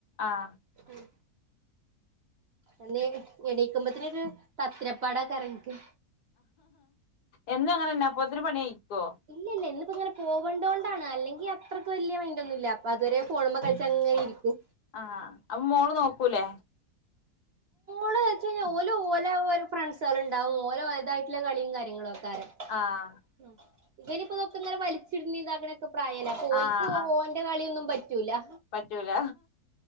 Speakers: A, on the left; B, on the right.
A: ആഹ്
B: ആഹ് അല്ലേല് എണീക്കുമ്പൊത്ത്നൊര് തത്തിരപ്പാടേക്കാരം എനിക്ക്
A: എന്നും അങ്ങനെന്നെ അപ്പൊത്തിനും പണി കയിക്കോ
B: ഇല്ല ഇല്ല ഇന്നിപ്പ ഇങ്ങനെ പോവണ്ടോണ്ടാണ് അല്ലെങ്കി അത്രയ്ക്ക് വല്യയ മൈൻഡ് ഒന്നും ഇല്ലാ അപ്പൊ അതുവരെ ഫോണുമ്മെ കളിച്ച് അങ്ങനെ ഇരിക്കും
A: ആഹ് അപ്പം മോള് നോക്കൂലേ
B: മോള് വെച്ച് കഴിഞ്ഞാ ഓല് ഓലാ ഒര് ഫ്രണ്ട്സാള് ഇണ്ടാവും ഓല ഓലതായിട്ടുള്ള കളിയും കാര്യങ്ങളും ആക്കാരം
A: ആഹ്
B: ഉം ഇവനിപ്പോ ഇതൊക്കെ ഇങ്ങനെ വലിച്ചിടുന്നെ ഇതാക്കണയൊക്കെ പ്രായല്ലെ അപ്പം ഓല്ക്കും
A: ആഹ്
B: ഓൻ
A: ആഹ്
B: ഓൻ്റെ കളിയൊന്നും പറ്റൂലാ
A: പറ്റൂല